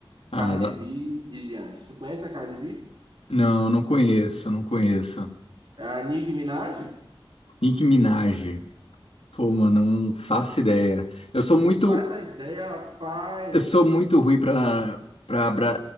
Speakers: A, on the left; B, on the right.
A: Ah,
B: Cardi
A: dá-
B: B de diante. Você conhece a Cardi B?
A: não, não conheço, não conheço.
B: A Nicki Minaj?
A: Nicki Minaj. Pô, mano, não faço ideia. Eu sou
B: Não
A: muito,
B: faz a ideia, rapaz.
A: eu sou muito ruim pra, pra bra-